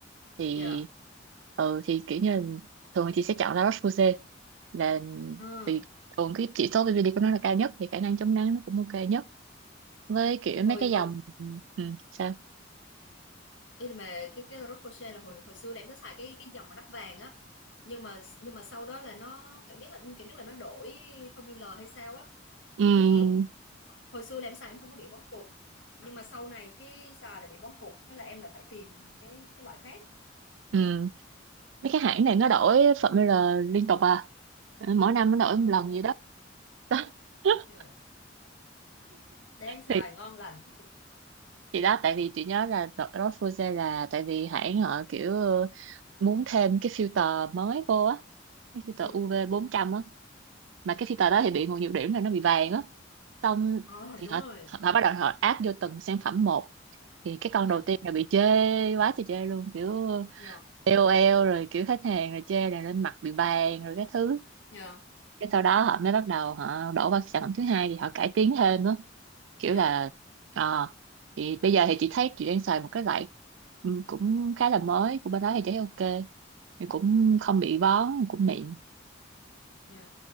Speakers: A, on the right (about 75°); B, on the left (about 90°).
A: thì
B: Dạ.
A: ừ, thì kiểu như là thường chị sẽ chọn La Roche-Posay là
B: Ừ.
A: vì thường cái chỉ số PPD của nó là cao nhất thì khả năng chống nắng nó cũng ok nhất với kiểu
B: Hồi
A: mấy cái
B: hồi
A: dòng ừ, sao
B: ý là mà cái cái La Roche-Posay là hồi hồi xưa là em có xài cái cái dòng mà nắp vàng á. Nhưng mà nhưng mà sau đó là nó cảm giác là cảm giác là nó đổi formula hay sao á
A: ừ,
B: cái hồi xưa là em xài em không có bị vón cục nhưng mà sau này cái xài lại bị vón cục cái là em lại phải tìm cái cái loại khác
A: ừ, mấy cái hãng này nó đổi formula liên tục à Ừ, mỗi năm nó đổi
B: trời
A: một lần
B: ơi
A: gì đó <laughs>
B: kìa. đang xài
A: thì
B: ngon lành
A: thì đó tại vì chị nhớ là đợt đó Fuse là tại vì hãng họ kiểu ờ, muốn thêm cái filter mới vô á cái filter
B: ừ
A: UV trăm á mà
B: ừ
A: cái filter đó thì bị một nhược điểm là nó bị vàng á xong
B: Ờ,
A: thì
B: đúng
A: họ
B: rồi
A: họ bắt đầu họ áp vô từng sản phẩm một thì cái con
B: nhờ
A: đầu tiên là bị chê quá trời chê luôn kiểu
B: nhờ
A: KOL rồi kiểu khách hàng rồi chê là lên mặt bị vàng rồi cái thứ
B: nhờ
A: cái sau đó họ mới bắt đầu họ đổ vào sản phẩm thứ hai thì họ cải tiến thêm á kiểu
B: nhờ
A: là ờ thì bây giờ thì chị thấy chị đang xài một cái loại ừ, cũng khá là mới của bên đó thì chị thấy ok thì cũng không bị bón cũng mịn
B: nhờ